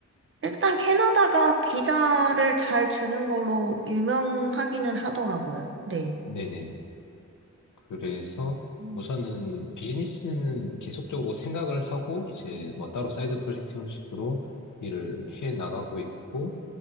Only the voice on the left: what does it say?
네네. 그래서
우선은 비즈니스는 계속적으로 생각을 하고 이제 뭐 따로 사이드 프로젝트 형식으로 일을 해 나가고 있고